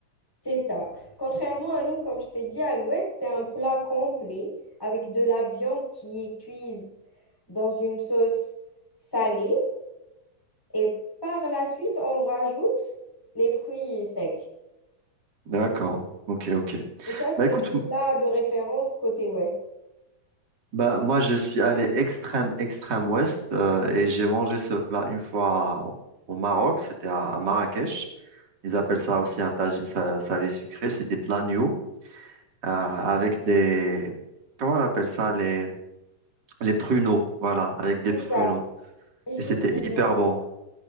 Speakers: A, in the centre; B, on the right.
A: c'est ça. Contrairement à nous, comme je t'ai dit, à l'ouest, c'est un plat complet avec de la viande qui est cuise dans une sauce salée. Et par la suite, on rajoute les fruits secs.
B: D'accord, ok, ok.
A: Et ça,
B: Bah,
A: c'est
B: écoute,
A: le
B: m-
A: plat de référence côté ouest.
B: bah, moi, je suis allé extrême, extrême ouest euh, et j'ai mangé ce plat une fois au au Maroc, c'était à, à Marrakech. Ils appellent ça aussi un tagine sa- salé sucré, c'était de l'agneau euh, avec des, comment on appelle ça, les, les pruneaux, voilà, avec des
A: C'est
B: pruneaux.
A: ça, <laughs> effectivement.
B: Et c'était hyper bon,